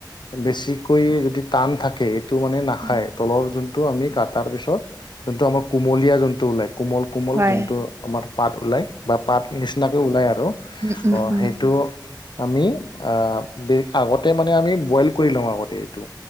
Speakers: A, on the left (about 70°); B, on the right (about 35°).
A: বেছিকৈ যদি টান থাকে। টো মানে নাখায়
B: হয়
A: তলৰ যোনটো আমি কাটাৰ পিছত যোনটো আমাৰ কুমলীয়া যোনটো ওলাই কোমল কোমল
B: হয়
A: যোনটো আমাৰ পাত ওলায়। বা পাত নিচিনাকৈ ওলায় আৰু
B: উম উম উম
A: সেইটো। আমি আহ আগতে মানে আমি বইল কৰি লওঁ আগতে এইটো।